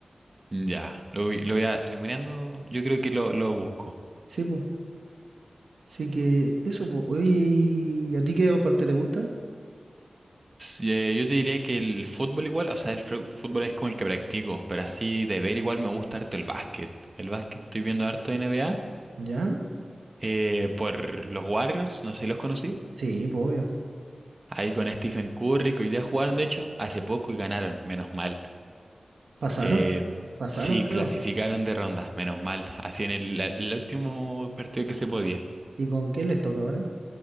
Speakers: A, on the right; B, on the right.
A: Ya, lo, vi- lo voy a terminando. Yo creo que lo, lo busco.
B: sí, pues. Así que eso, pues. Oye, ¿y a ti qué parte te gusta?
A: Eh, Yo te diría que el fútbol igual, o sea, el fru- fútbol es como el que practico, pero así de ver igual me gusta harto el básquet. El básquet estoy viendo harto N NBA
B: ¿Ya?
A: eh, por los Warriors, no sé si los conocí.
B: Sí, pues obvio.
A: Ahí con Stephen Curry, que hoy día jugaron de hecho hace poco y ganaron, menos mal.
B: Pasaron,
A: Eh,
B: pasaron,
A: sí,
B: creo.
A: clasificaron de ronda, menos mal. Así en el, la- el último partido que se podía.
B: ¿Y con quién les toca ahora?